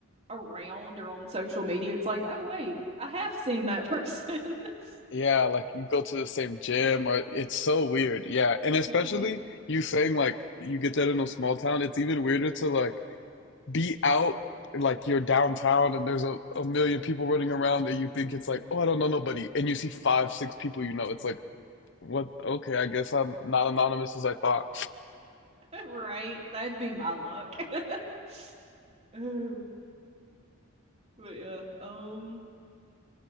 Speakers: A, on the right; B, on the left.
A: around or on social media. It's like, oh wait, I have seen that person. <laughs>
B: Yeah, like you go to the same gym or it's so weird. Yeah. And especially
A: Mhm.
B: you saying like you get that in a small town, it's even weirder to like be out like you're downtown and there's a, a million people running around and you think it's like, oh, I don't know nobody. And you see five, six people you know. It's like, what? Okay, I guess I'm not anonymous as I thought.
A: Right. That'd be my luck. <laughs> Oh, but yeah. Um